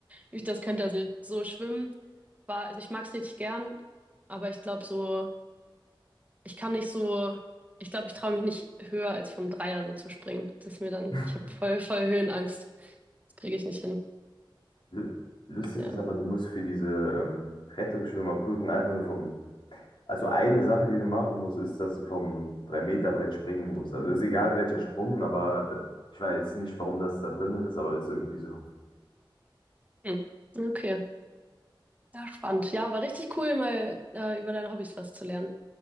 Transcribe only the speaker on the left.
<laughs>
Lu- Lustig
ist aber, du musst für diese ähm, Rettungsschwimmerprüfung einfach nur vom Also eine Sache, die du machen musst, ist, dass du vom drei meter brett springen musst. Also ist egal welcher Sprung, aber ich weiß nicht, warum das da drin ist, aber ist irgendwie so.